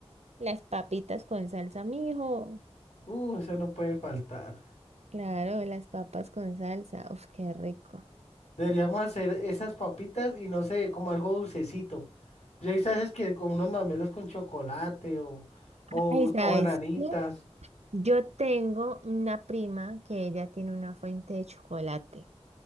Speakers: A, on the right; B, on the left.
A: Las papitas con salsa, mijo.
B: Uh, eso no puede faltar.
A: Claro, las papas con salsa, uf, qué rico.
B: Deberíamos hacer esas papitas y no sé, como algo dulcecito. Ya sabes que con unos mamelos con chocolate o, o,
A: Ay,
B: un-
A: ¿sabes
B: o bananitas.
A: qué? Yo tengo una prima que ella tiene una fuente de chocolate.